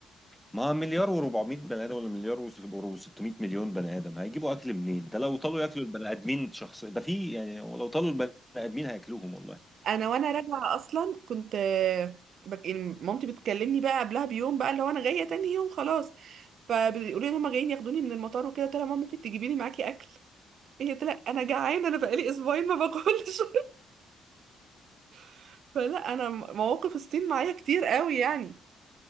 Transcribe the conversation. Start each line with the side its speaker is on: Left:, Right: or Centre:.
Centre: ما مليار و400 بني ادم ولا مليار و600 مليون بني ادم هيجيبوا اكل منين؟ ده لو طالوا ياكلوا البني ادمين شخص ده في يعني ولو طالوا البني ادمين هياكلوهم والله
Right: انا وانا راجعه اصلا كنت آه، بك... يعني مامتي بتكلمني بقى قبلها بيوم بقى لو انا جايه تاني يوم خلاص فبيقولوا لي ان هم جايين ياخدوني من المطار وكده قلت لها ماما ممكن تجيبي لي معاكي اكل هي قلت لها انا جعانه انا بقالي اسبوعين ما باكلش <laughs> فلا انا م- مواقف الصين معايا كتير قوي يعني